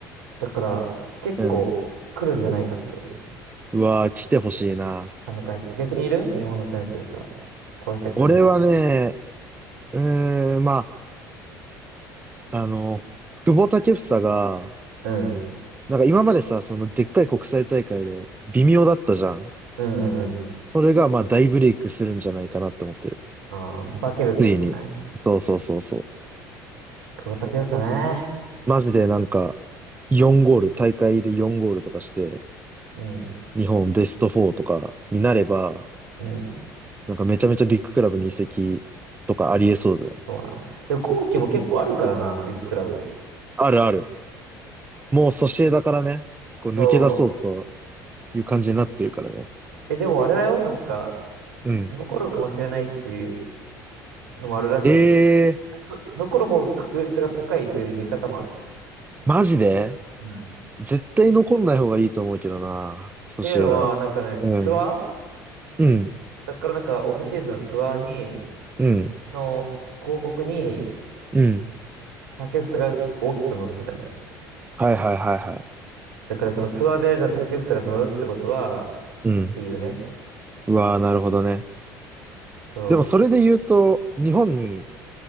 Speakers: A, on the right (about 80°); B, on the right (about 15°).
A: だから、結構、
B: うん。
A: 来るんじゃないかっていうね。
B: うわー、来てほしいな。
A: 佐野返し逆にいる日本の選手でさ、この人来るんじゃないかって。
B: 俺はね、うーん、まあ、あの、久保建英が、
A: うん。う
B: なんか今までさ、そのでっかい国際大会で微妙だったじゃん。
A: んうんうん。
B: それがまあ大ブレイクするんじゃないかなって思ってる。
A: あー、化けるってことね。
B: ついに。そうそうそうそ
A: 久保建英ね。
B: う。マジでなんか4ゴール、大会で4ゴールとかして、
A: うん、
B: 日本ベスト4とかになれば、
A: うん。
B: なんかめちゃめちゃビッグクラブに移籍とかありえそうだよ。
A: そうな。でも今季も結構あるからな、ビッグクラブ。
B: あるある。もうソシエダからね、こう抜け出そうと
A: そ
B: いう感じになってるからね。
A: う。え、でもあれだよ、なんか、
B: うん。
A: 残るかもしれないっていうのもあるらしいよ。
B: ええー、
A: そ、残る方が確率が高いという見方もある。
B: マジで
A: うんっ
B: 絶対残んない方がいいと思うけどな。ソシエダ。
A: ていうのは、なんかね、
B: うん。
A: ツアー
B: うん。
A: だからなんかオフシーズンのツアーに、
B: うん。
A: の広告に
B: うん。
A: 竹房が大きく載ってたのよ。
B: はいはいはいはい。
A: だからそのツアーでじゃあ竹房が乗るってことは、っ
B: うん。
A: ていうね。
B: うわあ、なるほどね。
A: そ
B: でもそれで言うと、日本に